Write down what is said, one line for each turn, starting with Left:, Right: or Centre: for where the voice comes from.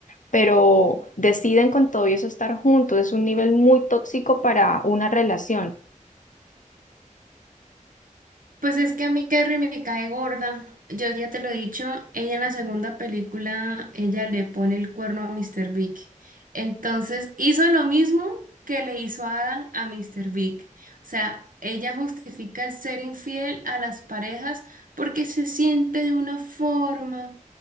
Left: pero deciden con todo y eso estar juntos. Es un nivel muy tóxico para una relación.
Right: Pues es que a mí Carrie me cae gorda. Yo ya te lo he dicho, ella en la segunda película, ella le pone el cuerno a Mr. Big. Entonces hizo lo mismo que le hizo Adam a Mr. Big. O sea, ella justifica el ser infiel a las parejas porque se siente de una forma.